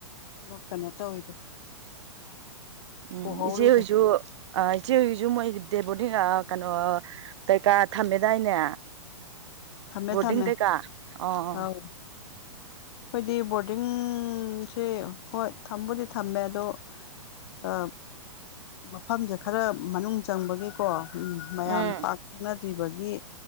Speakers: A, on the left; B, on the right.
A: ꯑꯃꯛ ꯀꯩꯅꯣ ꯇꯧꯋꯤꯗꯣ
B: ꯎꯝ
A: ꯄꯨꯍꯧꯔꯤꯗꯣ
B: ꯏꯆꯦꯍꯧꯁꯨ ꯑ ꯏꯆꯦ ꯍꯧꯖꯤꯛꯁꯨ ꯃꯣꯏ ꯗꯦ ꯕꯣꯔꯗꯤꯡ ꯀꯩꯅꯣ ꯀꯩꯀꯥ ꯊꯝꯃꯦꯗꯥꯏꯅꯦ
A: ꯊꯝꯃꯦ
B: ꯕꯣꯔꯗꯤꯡ
A: ꯊꯝꯃꯦ
B: ꯀꯩꯀꯥ ꯑꯣ
A: ꯑꯧ ꯑꯩꯣꯏꯗꯤ ꯕꯣꯔꯗꯤꯡ ꯁꯤꯦ ꯍꯣꯏ ꯊꯝꯕꯨꯗꯤ ꯊꯝꯃꯦ ꯑꯗꯣ ꯑ ꯃꯐꯝꯁꯦ ꯈꯔ ꯃꯅꯨꯡ ꯆꯪꯕꯒꯤꯀꯣ ꯎ ꯃꯌꯥꯝ
B: ꯎꯝ
A: ꯄꯥꯛ ꯁꯪꯅ ꯗ꯭ꯔꯤꯕꯒꯤ